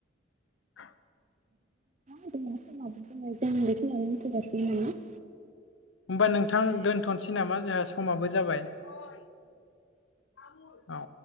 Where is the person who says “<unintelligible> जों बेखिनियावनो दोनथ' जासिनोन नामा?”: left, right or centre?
Right